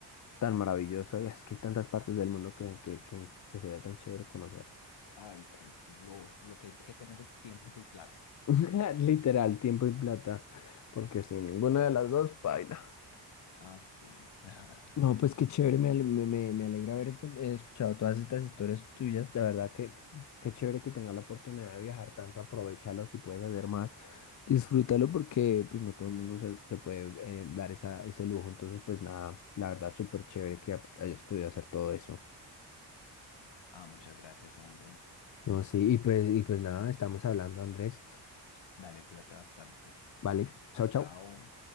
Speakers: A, on the left (about 45°); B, on the left (about 80°).
A: tan maravilloso y es que hay tantas partes del mundo que, que, que, que sería tan chévere conocer.
B: Ay, sí, lo, lo que hay que tener es tiempo y plata.
A: <laughs> Literal, tiempo y plata, porque sin ninguna de las dos, paila.
B: Ah, sí. <laughs>
A: No, pues qué chévere, me, ale- me, me- me alegra haber con- eh, escuchado todas estas historias tuyas. De verdad que qué chévere que tengas la oportunidad de viajar tanto, aprovechalo si puedes hacer más, disfrútalo porque pues no todo el mundo se, se puede eh, dar esa, ese lujo. Entonces, pues nada, la verdad súper chévere que ap- hayas podido hacer todo eso.
B: Ah, muchas gracias, hombre.
A: No, sí, y pues, y pues nada, estamos hablando, Andrés.
B: Dale, cuídate bastante.
A: Vale, chao,
B: Chao.
A: chao.